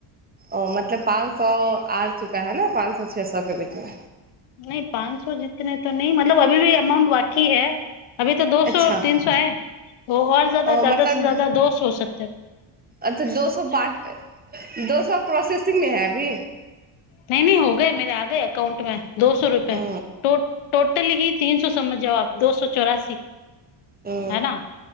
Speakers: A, on the right (about 20°); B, on the left (about 85°).
A: ओ मतलब पाँच सए आ चुका है ने। पाँच सए छओ सए के बीचमे।
B: नहि पाँच सए जितने तो न मतलब अभी भी अमाउंट बाकी है। अभी तो दो सो
A: अच्छा
B: तीन सो हय आर जादा
A: ओ
B: जदा
A: मतलब
B: से जाददा दो सए हो सकत ह। <unintelligible>
A: अच्छा दो सए ब दो सए प्रोसेसिंग मे है अभी। <unintelligible>
B: नहि नहि हो गए मेे आगए अकाउंट में दो सए रुपए।
A: ओ
B: <unintelligible> ल ही तीन सो समझ जाउ दो सए चौरासी
A: ओ
B: है। न